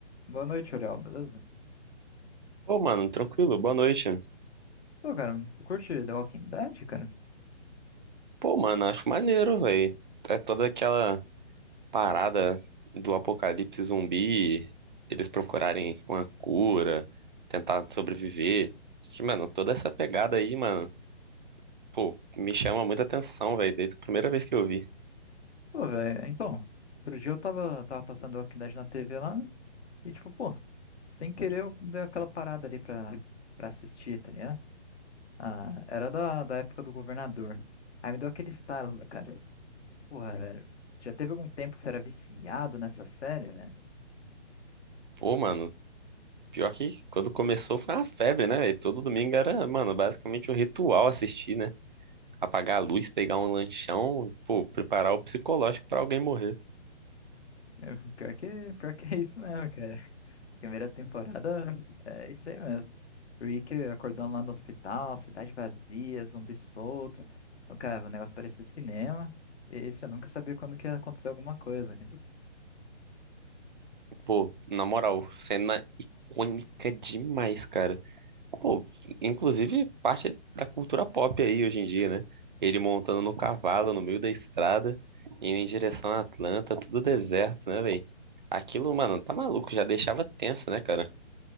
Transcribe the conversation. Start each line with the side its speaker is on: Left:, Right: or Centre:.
Left: Boa noite, Uriel, beleza?
Right: Pô, mano, tranquilo, boa noite.
Left: Pô, cara, tu curte The Walking Dead, cara?
Right: Pô, mano, acho maneiro, velho. É toda aquela parada do apocalipse zumbi, eles procurarem uma cura, tentar sobreviver. Acho que, Mano, toda essa pegada aí, mano, pô, me chama muita atenção, velho, desde a primeira vez que eu vi.
Left: Pô, velho, então, outro dia eu tava, tava passando The Walking Dead na TV lá e, tipo, pô, sem querer eu dei aquela parada ali pra, pra assistir, tá ligado? Ah, era da, da época do governador. Aí me deu aquele estalo, cara. Porra, velho, já teve algum tempo que você era viciado nessa série, velho?
Right: Pô, mano, pior que quando começou foi uma febre, né, velho? Todo domingo era, mano, basicamente um ritual assistir, né? Apagar a luz, pegar um lanchão, pô, preparar o psicológico pra alguém morrer.
Left: Eu- Pior que, pior que é isso mesmo, cara. Primeira temporada é isso aí mesmo. Rick acordando lá no hospital, cidade vazia, zumbi solto. Então, cara, o negócio parecia cinema. E você nunca sabia quando que ia acontecer alguma coisa, cara.
Right: Pô, na moral, cena icônica demais, cara. Pô, inclusive parte da cultura pop aí hoje em dia, né? Ele montando no cavalo, no meio da estrada, indo em direção a Atlanta, tudo deserto, né, velho? Aquilo, mano, tá maluco, já deixava tenso, né, cara?